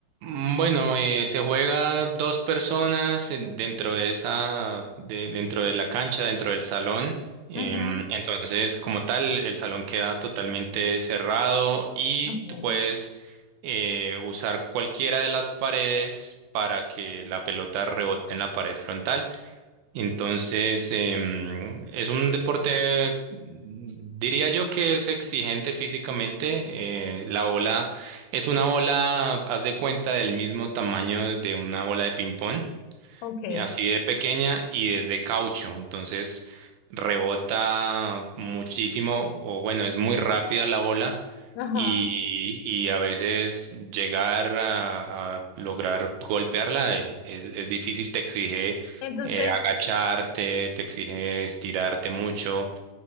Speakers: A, on the right; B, on the left.
A: mm, bueno, eh, se juega dos personas en- dentro de esa, de- dentro de la cancha, dentro del salón. Em,
B: Ujú,
A: entonces, como tal, el salón queda totalmente cerrado y
B: ok,
A: tú puedes eh, usar cualquiera de las paredes para que la pelota rebote en la pared frontal. Entonces, em, es un deporte, mm, diría yo que es exigente físicamente. eh, la bola es una bola, haz de cuenta, del mismo tamaño de una bola de ping-pong.
B: ok,
A: Y Así de pequeña y desde caucho, entonces rebota muchísimo, o bueno, es muy rápida la bola
B: ajá.
A: y, y a veces llegar a, a lograr golpearla eh, es, es difícil, te exige
B: Entonces,
A: eh, agacharte, te exige estirarte mucho.